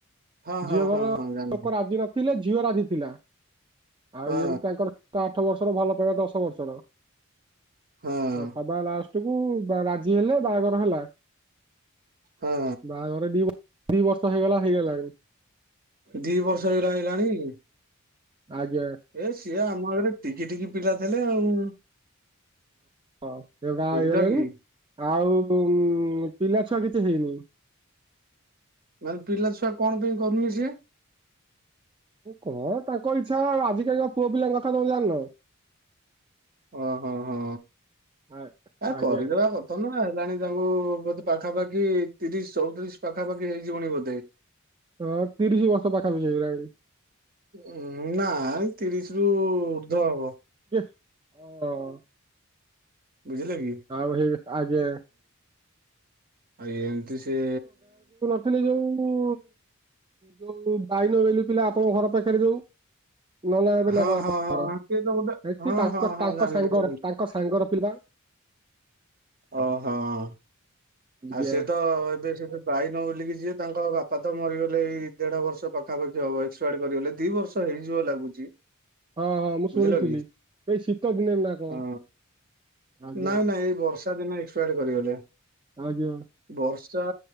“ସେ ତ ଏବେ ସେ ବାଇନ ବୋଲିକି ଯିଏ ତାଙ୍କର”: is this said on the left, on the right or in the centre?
Right